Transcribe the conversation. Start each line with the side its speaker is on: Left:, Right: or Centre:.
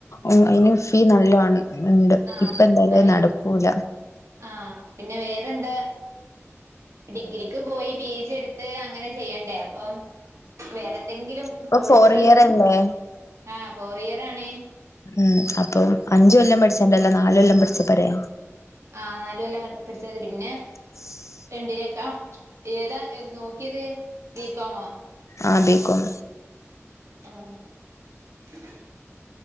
Left: ഉം ഇന് ഫീ നല്ലണം ഉണ്ട്
Right: ആഹ്
Left: ഇപ്പന്തായാലും
Right: നൽ
Left: അത് നടക്കൂല
Right: ആഹ് പിന്നെ വേറെന്ത് ഡിഗ്രിക്ക് പോയി പി ജി എടുത്ത് അങ്ങനെ ചെയ്യണ്ടേ അപ്പം വേറെന്തെങ്കിലും
Left: ഇപ്പൊ
Right: കോഴ്സുകൾ
Left: ഫോർ ഇയർ അല്ലേ
Right: ആ ഫോർ ഇയർ ആണേ
Left: ഉം അപ്പം അഞ്ച് കൊല്ലം പഠിച്ചണ്ടല്ലോ നാല് കൊല്ലം പഠിച്ച പോരെ
Right: ആഹ് നാല് കൊല്ലം പടിച്ചാ മതി പിന്നെ
Left: <inaudible>
Right: രണ്ടിലേക്കാ ഏതാ എ നോക്കിയത് ബീക്കോമോ
Left: ആഹ് ബീക്കോം
Right: ആഹ് <unintelligible>